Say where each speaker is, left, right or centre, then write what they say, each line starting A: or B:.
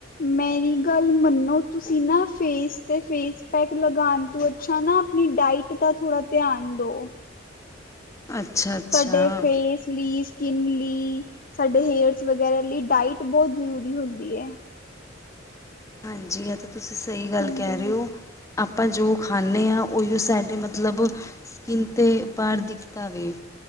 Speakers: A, on the left; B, on the left.
A: ਮੇਰੀ ਗੱਲ ਮੰਨੋ ਤੁਸੀਂ ਨਾ ਫੇਸ ਤੇ ਫੇਸ ਪੈਕ ਲਗਾਉਣ ਤੋਂ ਅੱਛਾ ਨਾ ਆਪਣੀ ਡਾਇਟ ਦਾ ਥੋੜਾ ਧਿਆਨ ਦਓ
B: ਅੱਛਾ ਅੱਛਾ
A: ਸਾਡੇ ਫੇਸ ਲੀਸ ਸਕਿਨ ਲਈ ਸਾਡੇ ਹੇਅਰਸ ਵਗੈਰਾ ਲਈ ਡਾਇਟ ਬਹੁਤ ਜ਼ਰੂਰੀ ਹੁੰਦੀ ਹੈ
B: ਹਾਂਜੀ ਆ ਤਾਂ ਤੁਸੀਂ ਸਹੀ ਗੱਲ
A: ਹਾਂਜੀ,
B: ਕਹਿ ਰਹੇ ਹੋ। ਆਪਾਂ ਜੋ ਖਾਂਦੇ ਹਾਂ ਉਹੀਓ ਸਾਡੇ ਮਤਲਬ। ਸਕਿੰਨ ਤੇ ਬਾਹਰ ਦਿਖਦਾ ਵੇ।